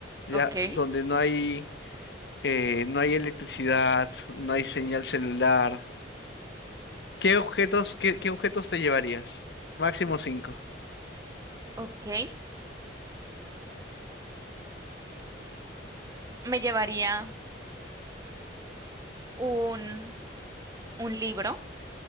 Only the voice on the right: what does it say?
ok,
ok. Me llevaría un, un libro,